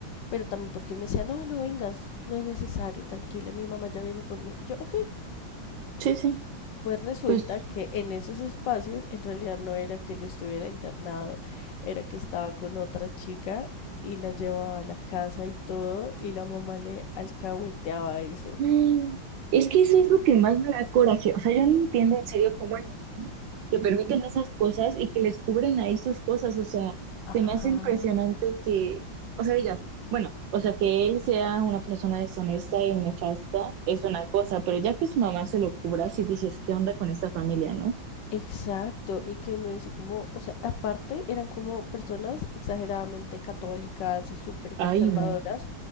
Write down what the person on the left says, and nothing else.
pero también porque él me decía, no, no vengas, no es necesario, tranquila, mi mamá ya viene por mí. Y yo, ok.
Pues resulta
que en esos espacios en realidad no era que él estuviera internado, era que estaba con otra chica y la llevaba a la casa y todo, y la mamá le alcahueteaba eso.
Ajá.
Exacto, y que uno dice como, o sea, aparte eran como personas exageradamente católicas y súper
conservadoras,